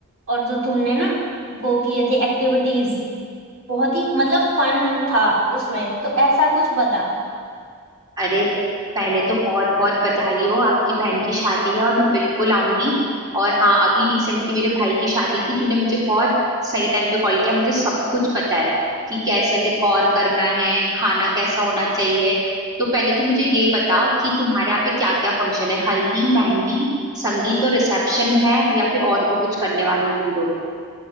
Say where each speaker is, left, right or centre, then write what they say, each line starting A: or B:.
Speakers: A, on the right; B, on the right.
A: और जो तुमने ना वो किए थे एक्टिविटीज बहुत ही मतलब फन था उसमें तो ऐसा कुछ बता
B: अरे पहले तो बहुत बहुत बधाई हो आपकी बहन की शादी है और मैं बिल्कुल आऊंगी और हाँ अभी रिसेंटली मेरे भाई की शादी थी तूने मुझे बहुत सही टाइम पे कॉल किया मुझे सब कुछ पता है कि कैसे डेकोर करना है खाना कैसा होना चाहिए तो पहले तू मुझे ये बता कि तुम्हारे यहाँ पे क्या क्या फंक्शन है हल्दी मेहंदी संगीत और रिसेप्शन है या फिर और भी कुछ करने वाले हो तुम लोग